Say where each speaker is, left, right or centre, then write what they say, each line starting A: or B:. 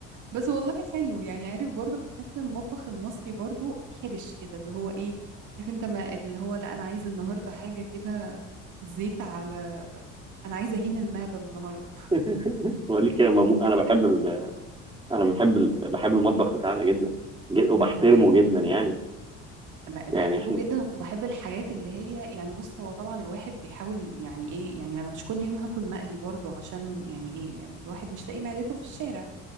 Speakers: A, on the right; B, on the right.
A: بس والله حلو يعني عارف برضو بتحس إن المطبخ المصري برضو حرش كده اللي هو ايه عارف انت ما اللي هو لا انا عايز النهارده حاجه كده زيت على انا عايزه اهين المعده النهارده
B: <laughs> بقول لك يا مامو
A: <laughs>
B: انا
A: حسيت
B: بحب ال... انا بحب ال... بحب المطبخ بتاعنا جدا ج- وبحترمه
A: انا بحبه
B: جدا
A: جدا
B: يعني
A: ب-
B: يعني
A: بحبه
B: احنا
A: جدا وبحب الحاجات اللي هي يعني بص هو طبعا الواحد بيحاول يعني ايه يعني انا مش كل يوم هاكل مقلي برضو عشان يعني ايه يعني الواحد مش لاقي معدته في الشارع